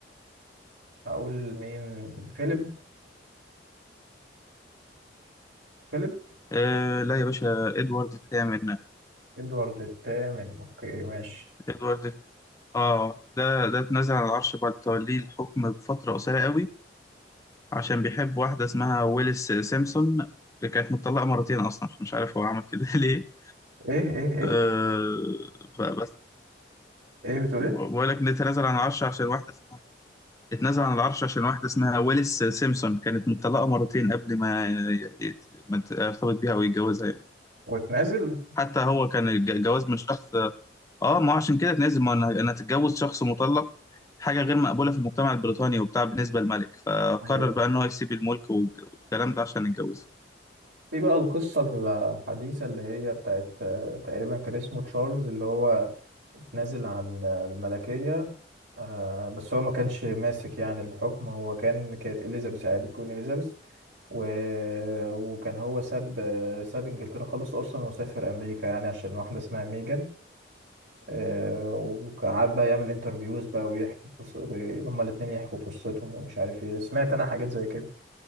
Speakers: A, on the right; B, on the left.
A: هقول مين فيليب فيليب
B: آه لا يا باشا ادوارد الثامن
A: ادوارد الثامن اوكي ماشي
B: ادوارد اه ده ده اتنازل عن العرش بعد توليه الحكم بفترة قصيرة قوي عشان بيحب واحدة اسمها ويلس سيمسون كانت متطلقة مرتين أصلا مش عارف هو عمل كده <laughs> ليه
A: ايه ايه ايه
B: آه فبس
A: ايه بتقول
B: بقول
A: ايه
B: لك نتنازل عن العرش عشان واحدة اتنازل عن العرش عشان واحدة اسمها ويلس سيمسون كانت مطلقة مرتين قبل ما يت- ما ت- يرتبط بيها أو يتجوزها يعني
A: وتنازل
B: حتى هو كان الج- جواز من شخص اه ما هو عشان كده اتنازل ما انا انا اتجوز شخص مطلق حاجة غير مقبولة في المجتمع البريطاني وبتاع بالنسبة للملك فقرر
A: ايوه
B: بقى إن هو يسيب الملك والج- والكلام ده عشان يتجوزها
A: في بقى القصة الحديثة اللي هي بتاعت آه، تقريبا كان اسمه تشارلز اللي هو نازل عن آه، الملكية آه، بس هو ما كانش ماسك يعني الحكم هو كان كانت إليزابيث عادي كوين إليزابيث و... وكان هو ساب آه، ساب إنجلترا خالص أصلا وسافر أمريكا يعني عشان واحدة اسمها ميجان آه، وقعد بقى يعمل انترفيوز بقى ويحكي قصة هما الاتنين يحكوا قصتهم ومش عارف ايه سمعت أنا حاجات زي كده